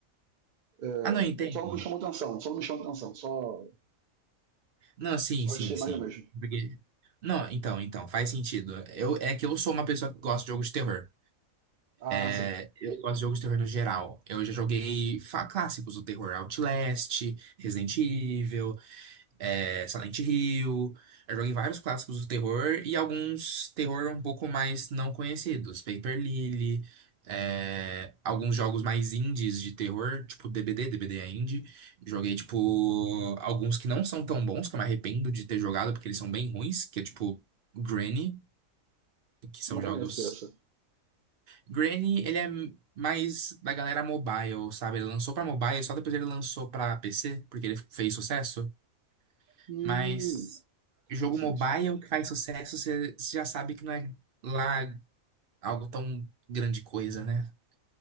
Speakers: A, on the right; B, on the right.
A: É,
B: Ah, não, entendo.
A: só não me chamou atenção, só não me chamou atenção, só,
B: Não, sim,
A: só
B: sim,
A: achei
B: sim.
A: mais do mesmo.
B: Porque. Não, então, então, faz sentido. Eu, é que eu sou uma pessoa que gosta de jogos de terror.
A: Ah, sim.
B: É, Eu gosto de jogos de terror no geral. Eu já joguei fa- clássicos do terror, Outlast, Resident Evil, é, Silent Hill. Eu joguei vários clássicos do terror e alguns terror um pouco mais não conhecidos, Paper Lily, é, alguns jogos mais indies de terror, tipo DBD, DBD é indie. Joguei, tipo, alguns que não são tão bons, que eu me arrependo de ter jogado, porque eles são bem ruins, que é tipo Granny, que são
A: Não conheço
B: jogos.
A: dessa.
B: Granny, ele é mais da galera mobile, sabe? Ele lançou pra mobile, só depois ele lançou pra PC, porque ele fez sucesso.
A: Hum,
B: Mas jogo
A: interessante.
B: mobile que faz sucesso, você você já sabe que não é lá algo tão grande coisa, né?